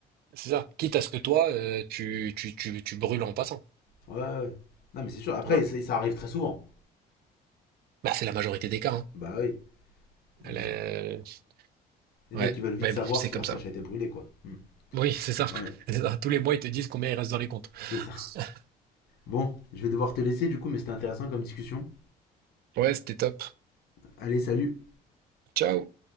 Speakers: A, on the right; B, on the left.
A: c'est ça. Quitte à ce que toi, euh, tu, tu, tu, tu brûles en passant.
B: Ouais, ouais. Non, mais c'est sûr. Après,
A: Tu vois?
B: ça, ça arrive très souvent.
A: Bah, c'est la majorité des cas. Hein.
B: Bah oui. Hmm.
A: Elle est-
B: Les
A: Ouais,
B: mecs, ils veulent vite
A: mais
B: savoir
A: bon, c'est
B: si
A: comme
B: leur
A: ça.
B: cache a été brûlée, quoi. Hmm.
A: Oui, c'est ça. <laughs>
B: Ouais,
A: C'est ça. Tous les mois, ils te disent combien il reste dans les comptes. <laughs>
B: c'est ça. Bon, je vais devoir te laisser, du coup, mais c'était intéressant comme discussion.
A: Ouais, c'était top.
B: Allez, salut.
A: Ciao.